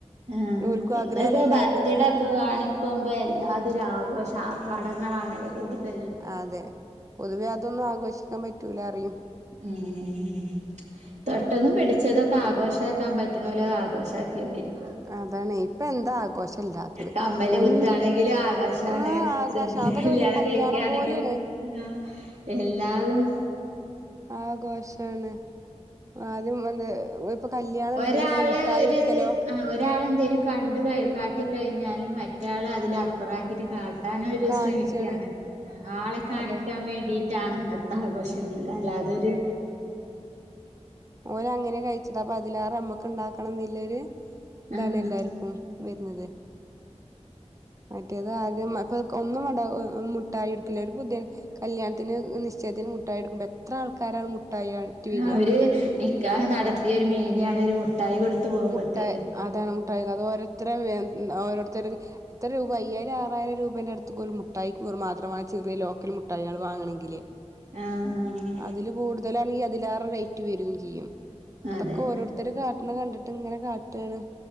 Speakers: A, on the right (about 80°); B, on the right (about 30°).
A: ആഹ്
B: ഓൽക്കും
A: ഇന്നൊക്കെ
B: ആഗ്രഹല്ലേ എല്ലാരും
A: ബർത്തിടക്കെ
B: ഇങ്ങനെ കഴിക്കുമ്പോ
A: വാണ് ക്കുമ്പേ എല്ലാതെര ആഘോഷാ ആർഭാടങ്ങളാണല്ലോ കൂടുതല്.
B: അതെ പൊതുവെ അതൊന്നും ആഘോഷിക്കാ പറ്റൂലാറിം.
A: ഉം ഉം തൊട്ടതും
B: അപ്പൊ പിന്നെ
A: പിടിച്ചതൊക്കെ ആഘോഷാക്കാ പറ്റണോല് അഹ് ആഘോഷ ആക്കിണ്ടൊരി
B: അതാണ് ഇപ്പ എന്താ ആഘോഷ ല്ലാത്തത്
A: കമ്മല്
B: പ്പ ഒൻ
A: കുത്താണെങ്കിലും ആകാശാണ്
B: ആഹ് ആകാശ
A: സെന്റില്
B: അതൊക്കെ
A: കല്യാണം
B: വല്യ കല്ല്യാണ
A: കഴിക്കാണെങ്കിലും
B: പോലെയാണ്.
A: ആഹ് എല്ലാരും
B: ആഘോഷാണ് ആദ്യം എന്തെ പ്പ കല്യാണം
A: ഒരാള്
B: ണ്ടങ്കിലും മുട്ടായൊട്ക്കലോ.
A: ഒരു ആഹ് ഒരാളെന്തേലും കണ്ട് കഹ് കാട്ടിക്കയിഞ്ഞാല് മറ്റാള് അതിലപ്പറ ആക്കിയിട്ട് കാ ട്ടനൊര്
B: കാണിച്ചാണ്
A: ശ്രമിക്കാണ് ആളെ കാണിക്കാൻ
B: അതെ
A: വേണ്ടിട്ടാണ് ന്ന ആഘോഷങ്ങള് അല്ലാതൊര്
B: ഓലങ്ങനെ കഴിച്ചിട്ടതാപ്പ അതിലേറ നമ്മക്ക് ഇണ്ടാക്കണം എന്നില്ലെര് ഇതാണ്
A: ആഹ്
B: എല്ലാർക്കും വെര്ന്നത്. മറ്റേത് ആദ്യം അപ്പ ഒന്നുംവാണ്ട മുട്ടായി യൊടുക്കില്ല ഒരു പുതി കല്യാൺത്തിന് നിശ്ചയത്തിന് മുട്ടായി കൊടുക്കുമ്പോ എത്ര ആൾക്കാരാണ് മുട്ടായി വരിക
A: ആഹ് ഒര് നിക്കാഹ് നടത്തിയ ഒരു മേനിയാണ് ഒരു മുട്ടായി കൊട്ത്ത് പോമ്പത്തേനു.
B: മുട്ടായി അതാണ് മുട്ടായി അത് ഓരോരുത്തര് വേ ഓരോരുത്തര് എത്രരൂപ അയ്യായിരം ആറായിരം രൂപേന്റെ അട്ത്ത്ക്കോല് ഒരു മുട്ടായിക്ക് വെറുമാത്ര വാണം ചെറിയ ലോക്കൽ മുട്ടായള് വാങ്ങണങ്കില്.
A: ആഹ് ആഹ്
B: അതില് കൂടുതലാണെങ്കില് അതിലേറെ റേറ്റ് വെരും ചെയ്യും അതൊക്കെ
A: അതന്നെ
B: ഓരോരുത്ത ഓരേരുത്തര് കാട്ടണ കണ്ടിട്ട് ഇങ്ങനെ കാട്ടാണ്